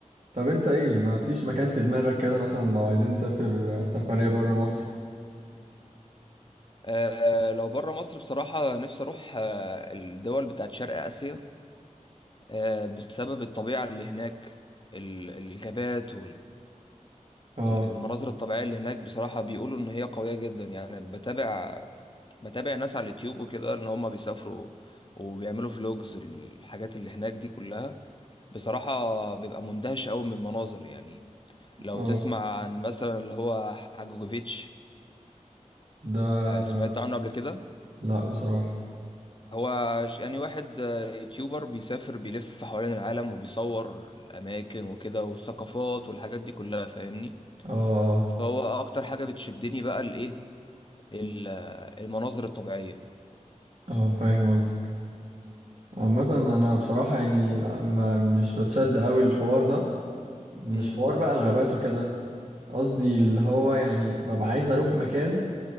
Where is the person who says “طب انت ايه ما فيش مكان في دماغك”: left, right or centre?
Right